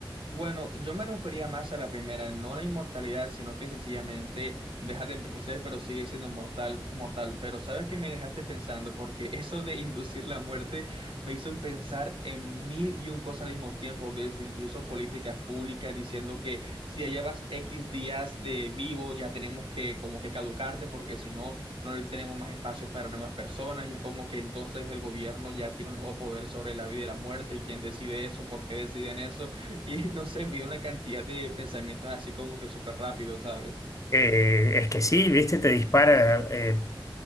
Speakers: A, on the right (about 75°); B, on the left (about 35°).
A: Bueno, yo me refería más a la primera, no la inmortalidad, sino que sencillamente deja de envejecer, pero sigue siendo mortal, mortal. Pero sabes que me dejaste pensando, porque eso de inducir la muerte me hizo pensar en mil y un cosas al mismo tiempo, desde incluso políticas públicas diciendo que si ya llevas X días de vivo, ya tenemos que como que caducarte, porque si no, no le tenemos más espacio para nuevas personas, y es como que entonces el gobierno ya tiene un nuevo poder sobre la vida y la muerte, y quién decide eso, por qué deciden eso. Y no sé, vi una cantidad de pensamientos así como que súper rápido, ¿sabes?
B: Eh, es que sí, viste, te dispara. eh,